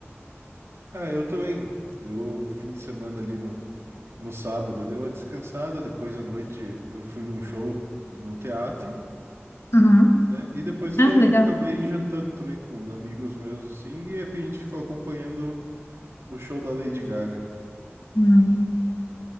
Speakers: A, on the right; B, on the left.
A: Ah, eu também. Eu fim de semana ali no no sábado, deu uma descansada, depois à noite eu fui num show de- no teatro,
B: Uhum.
A: né? E depois
B: Ah,
A: daí
B: legal.
A: eu daí acabei jantando também com amigos meus, assim, e a gente ficou acompanhando o show da Lady Gaga.
B: Hum.